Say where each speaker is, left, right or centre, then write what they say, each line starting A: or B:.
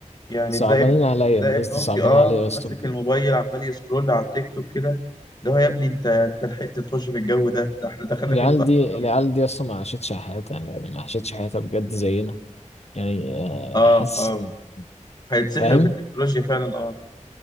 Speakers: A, on the left; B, on the left.
A: يعني
B: صعبانين
A: تلاقي
B: عليا
A: تلاقي
B: الناس
A: ابن أختي
B: دي صعبانة
A: اه
B: عليا يا اسطى
A: ماسك
B: بجد
A: الموبايل عمال يسكرول على التيك توك كده اللي هو يا ابني أنت أنت لحقت تخش في الجو ده ده إحنا دخلنا
B: العيال
A: فيه متأخر
B: دي العيال
A: أوي
B: دي اصلا ما عاشتش حياتها يعني ما عاشتش حياتها بجد زينا يعني آه،
A: اه
B: حاسس
A: اه
B: إن-
A: هيتسحلوا
B: فاهم
A: في التكنولوجيا فعلا اه